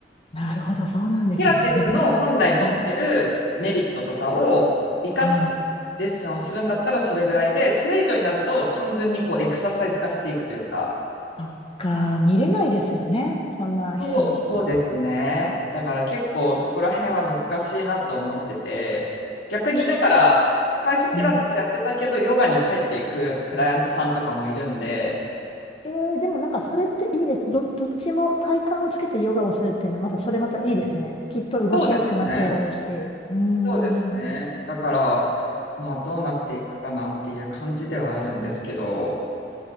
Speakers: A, on the left; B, on the left.
A: なるほど、そうなんですね。
B: ピラティスの本来持ってるメリットとかを生かしてレッスンをするんだったらそれぐらいで、
A: でも、うん、はい、
B: それ以上になると単純にこうエクササイズ化していくというか、
A: そっか、見れないですよね。そんな一人一人。
B: そう、そうですね。だから結構そこら辺は難しいなと思ってて、逆にだから最初ピラティスやってたけど、
A: うん
B: ヨガに帰っていくクライアントさんとかもいるんで、
A: えー、でもなんかそれっていいです。ど、どっちも体幹をつけてヨガをするっていうのは、またそれまたいいですね。きっと動きやすくなってるだろうし。
B: そうですね。
A: うーん。
B: そうですね。だから、まあどうなっていくかなっていう感じではあるんですけど、